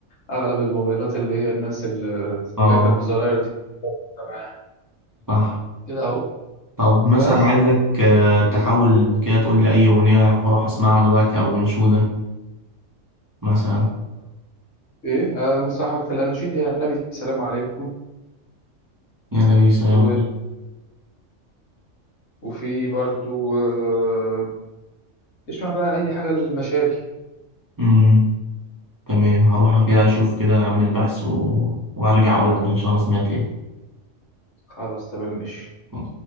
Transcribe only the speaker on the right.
اه
صح
طب مثلا
عايزك آه، تحاول كده تقول لي اي اغنيه هروح اسمعها دلوقتي او انشوده مثلا
يا نبي سلام
عليكم
امم تمام هروح كده اشوف كده اعمل بحث و... وارجع اقول لك ان شاء الله سمعت
ايه